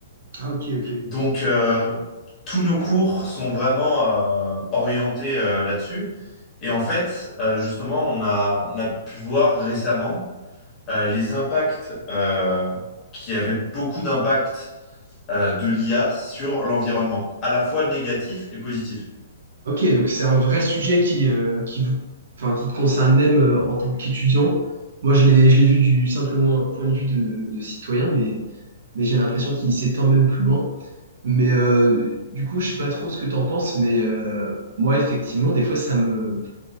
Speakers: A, on the right (about 60°); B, on the left (about 20°).
A: Ah, ok, ok.
B: Donc, euh, tous nos cours sont vraiment euh, orientés euh, là-dessus. Et en fait, euh, justement, on a, on a pu voir récemment euh, les impacts euh, qui avaient beaucoup d'impacts euh, de l'IA sur l'environnement, à la fois négatif et positif.
A: Ok, donc c'est un vrai sujet qui, euh, qui vous, enfin, qui te concerne même euh, en tant qu'étudiant. Moi, je l'ai, je l'ai vu du simplement un point de vue de, de citoyen, mais, mais j'ai l'impression qu'il s'étend même plus loin. Mais euh, du coup, je sais pas trop ce que tu en penses, mais euh, moi, effectivement, des fois, ça me,